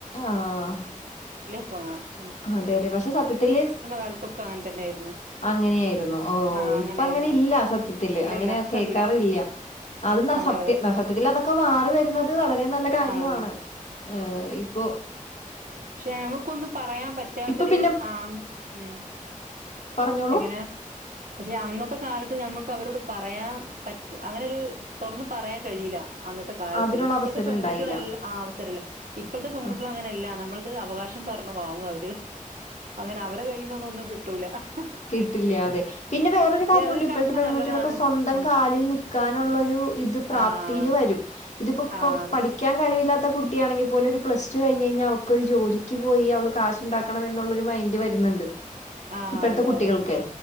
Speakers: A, on the left; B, on the right.
A: ആഹ്
B: പ്പങ്ങന
A: അതെ അതെ പക്ഷെ സത്യത്തില് സ്
B: കാലത്തൊക്കെ അങ്ങനെ തന്നെയായിരുന്നു
A: അങ്ങനെയിരുന്നു ഓഹ്
B: ആഹ് അങ്ങനെയായിരുന്നു
A: ഇപ്പ അങ്ങനെ ഇല്ല സത്യത്തില്
B: ഇല്ല
A: അങ്ങനെ
B: ഇല്ല ഇപ്പല്ല
A: കേൾക്കാറില്യ ആഹ് അത് ന്ന
B: അതെ
A: സത്യ
B: അതെ ഇപ്പ
A: ആഹ് സത്യത്തിൽ അതൊക്കെ മാറി വരുന്നത് വളരെ നല്ല കാര്യമാണ്
B: ആഹ്
A: ഏഹ് ഇപ്പോ
B: ക്ഷെ നമുക്കൊന്ന് പറയാ അമ് പറ്റാത്തൊര്
A: ഇപ്പൊ പിന്നെ
B: ആഹ് ഉം ഉം
A: പറഞ്ഞോളൂ.
B: എങ്ങനെ പഷെ അന്നത്തെ കാലത്ത് ത് ഞമ്മക്ക് അവരൊട് പറയാം പറ്റ് അങ്ങനൊരു തൊറന്ന് പറയാൻ കഴിയില്ല അന്നത്തെ കാലത്ത്
A: അതിനുള്ള
B: ഇപ്പോഴത്തെ
A: അവസരം
B: പെങ്കുട്ടികളെല്ല
A: ഉണ്ടായില്ല.
B: ആഹ് അവസരല്ല ഇപ്പോഴത്തെ പെങ്കുട്ടികളങ്ങനല്ല
A: ആഹ്.
B: നമ്മൾ ദേ അവകാശം പറഞ്ഞു വാങ്ങുവ്വവര് അങ്ങനെ അവരെ കയ്യിന്നൊന്നും ഒന്നും കിട്ടൂല ആഹ്
A: കിട്ടില്യാ അതെ പിന്നെ വേറൊരു കാര്യോണ്ട്
B: അതൊരു
A: ഇപ്പോഴത്തെ
B: കണക്കിന്
A: പെൺകുട്ടികളൊക്കെ
B: നല്ലതാണ്
A: സ്വന്തം
B: ഉം
A: കാലിൽ നിക്കാനുള്ളൊരു ഇത് പ്രാപ്ത്തീല്
B: ആ അതെ
A: വരും ഇതിപ്പോ പ്പ്പോ
B: ആ
A: പ്പഠിക്കാൻ
B: അതെ
A: കഴിവില്ലാത് ത്തെ കുട്ടിയാണെങ്കിപോലും ഒരു പ്ലസ്ടു കയിഞ് കയ്ഞാ അവക്കൊരു ജോലിക്ക് പോയി അവള് കാശ്ണ്ടാക്കണമെന് ന്നൊള്ളൊരു മൈന്റ് വരുന്നുണ്ട്
B: ആ
A: ഇപ്പഴത്തെ
B: അതെ
A: കുട്ടികൾക്കെ
B: അതെ ഉം